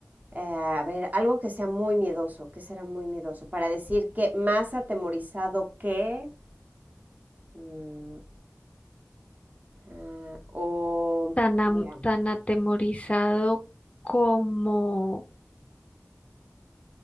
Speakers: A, on the right; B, on the left.
A: Eh, a ver, algo que sea muy miedoso. ¿Qué será muy miedoso? Para decir que más atemorizado que. mm, ah, o.
B: Tan,
A: Veamos.
B: am- tan atemorizado como...